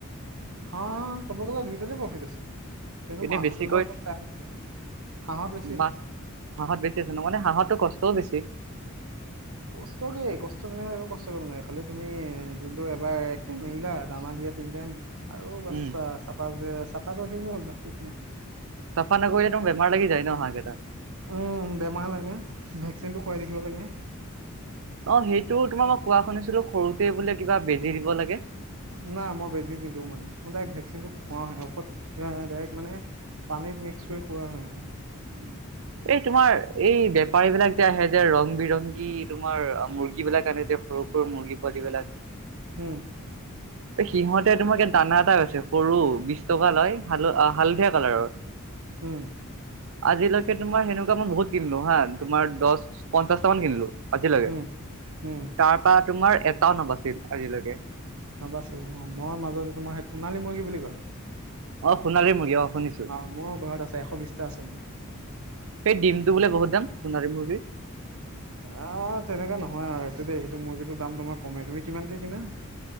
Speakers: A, on the right; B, on the right.
A: হ, ক'ব গ'লে দুইটাতে প্ৰফিট আছে। কিন্তু
B: এনে
A: মাছটো
B: বেছিকৈ
A: ধৰ অলপ <unintelligible> হাঁহত বেছি
B: মাছ
A: আছে।
B: হাঁহত বেছিছে ন' মানে হাঁহটো কষ্টও বেছি।
A: কষ্ট কি কষ্ট তেনেকুৱা একো কষ্ট কৰিব নালাগে খালি তুমি দিনটো এবাৰ এক টাইম এৰিলা দানা দিয়াত তিন টাইম আৰু বাছ
B: উম
A: চাফা চাফা কৰি থাকিলে হ'ল বাকী একো নাই।
B: চফা নকৰিলে তোমাৰ বেমাৰ লাগি যায় ন' হাঁহ কেইটা?
A: উম, বেমাৰ লাগে ভেকচিনটো খুৱাই থাকিব লাগে।
B: অ', সেইটো তোমাৰ মই কোৱা শুনিছিলোঁ সৰুতে বোলে কিবা বেজি দিব লাগে।
A: নাই মই বেজি দিছো মানে মই ডাইৰেক্ট ভেকচিনটো খুৱওাহে ঔষধ ডাইৰেক্ট মানে পানীত মিক্স কৰি খোৱা হয় মোৰ।
B: উম। এই তোমাৰ এই বেপাৰী বিলাক যে আহে যে ৰং বিৰংগী তোমাৰ মুৰ্গী বিলাক আনে যে সৰু সৰু মুৰ্গী পোৱালিবিলাক।
A: উম।
B: সিহঁতে তোমাৰ ই দানা এটা হৈছে সৰু বিশ টকা লয় হাল আহ হালধীয়া কালাৰৰ।
A: উম
B: আজিলৈকে তোমাৰ সেনেকুৱা মই বহুত কিনিলো হা তোমাৰ দহ পঞ্চাশটামান কিনিলোঁ। আজিলৈকে
A: উম উম
B: তাৰপা এটাও নাবাছিল আজিলৈকে।
A: নাবাছিল ন' মই মাজতে তোমাৰ সোণালী বুলি কয়।
B: অ', সোনালি মুৰ্গী অ'। শুনিছো
A: অ', মোৰ ঘৰত আছে এশ বিশটা আছে মোৰ।
B: সেই ডিমটো বোলে বহুত দাম সোনাৰী মুৰ্গীৰ।
A: আহ তেনেকোৱা নহয় আৰু এইটো দেই মুৰ্গীটোৰ দাম তোমাৰ কমেই, তুমি কিমানকে কিনা?